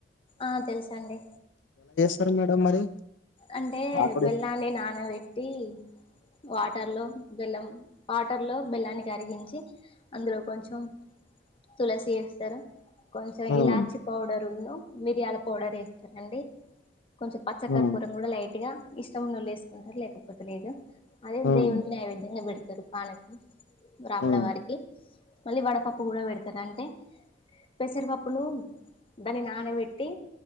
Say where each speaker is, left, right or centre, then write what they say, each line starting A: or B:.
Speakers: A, on the left (about 30°); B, on the left (about 80°).
A: ఆ తెలుసాండి
B: సార్ మేడం మరి
A: అంటే
B: నాకు కూడా
A: బెల్లాన్ని నానబెట్టి వాటి వాటర్లో బెల్లం వాటర్లో బెల్లాన్ని కరిగించి అందులో కొంచెం తులసి వేస్తారు కొంచెం
B: ఉమ్
A: ఇలాచి పౌడర్ ఉన్న మిరిలా పౌడర్ వేస్తారండి కొంచెం పచ్చ క
B: ఉమ్
A: కూరం కూడా లైట్ గా ఇష్ చమునూళ్లు వేసుకుంటారు లేకపోతే లేదు అదే
B: ఉమ్
A: దేవునికి నైవిధ్యంగా పెడుతారు పాణకం రాముల
B: ఉమ్
A: వారికి మళ్ళీ వడ పప్పు కూడా పెడతారు అంటే పెసరపప్పును దాని నానబెట్టి